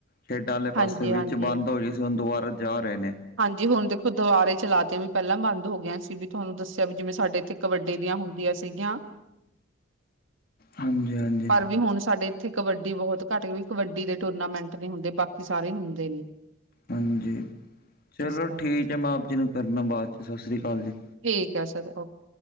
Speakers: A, on the left; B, on the right.
A: ਖੇਡਾਂ ਵਾਲੇ
B: ਹਾਂਜੀ-ਹਾਂਜੀ।
A: ਪਾਸੇ ਵਿੱਚ ਬੰਦ ਹੋ ਗਈ ਸੀ, ਹੁਣ ਦੁਬਾਰਾ ਜਾ ਰਹੇ ਨੇ।
B: ਹਾਂਜੀ ਹੁਣ ਦੇਖੋ ਦੁਵਾਰੇ ਚਲਾ ਤੀਆ ਵੀ ਪਹਿਲਾਂ ਬੰਦ ਹੋ ਗਈਆ ਸੀ ਵੀ, ਤੁਹਾਨੂੰ ਦੱਸਿਆ ਵੀ ਜਿਵੇਂ ਸਾਡੇ ਇੱਥੇ। ਕਬੱਡੀ ਦੀਆਂ ਹੁੰਦੀਆਂ ਸੀਗੀਆਂ
A: ਹਾਂਜੀ ਹਾਂਜੀ
B: ਪਰ ਵੀ ਹੁਣ ਸਾਡੇ। ਇੱਥੇ ਕਬੱਡੀ ਬਹੁਤ ਘੱਟ ਹੁੰਦੀ, ਕਬੱਡੀ ਦੇ ਟੂਰਨਾਮੈਂਟ ਨਹੀਂ ਹੁੰਦੇ, ਬਾਕੀ ਸਾਰੇ ਹੁੰਦੇ ਨੇ।
A: ਹਾਂਜੀ ਚਲੋ
B: ਇਸ ਕਰਕੇ
A: ਠੀਕ ਹੈ, ਮੈਂ ਆਪ ਜੀ ਨੂੰ ਕਰਨਾ ਬਾਅਦ 'ਚ ਸਤਿ ਸ਼੍ਰੀ ਅਕਾਲ ਜੀ।
B: ਠੀਕ ਆ ਸਰ ਓਕੇ।